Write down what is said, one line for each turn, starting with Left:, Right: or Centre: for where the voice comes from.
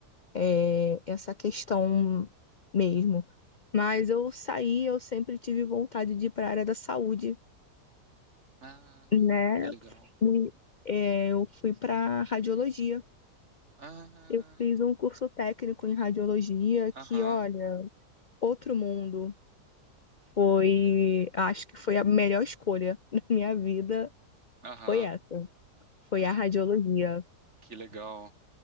Left: é, essa questão mesmo. Mas eu saí, eu sempre tive vontade de ir para a área da saúde,
Right: Ah,
Left: né?
Right: que legal.
Left: Fui- é, eu fui para radiologia.
Right: Ah,
Left: Eu fiz um curso técnico em radiologia que,
Right: aham,
Left: olha, outro mundo. Foi, acho que foi a melhor escolha <laughs> da minha vida,
Right: aham.
Left: foi essa. Foi
Right: Ah,
Left: a radiologia.
Right: que legal.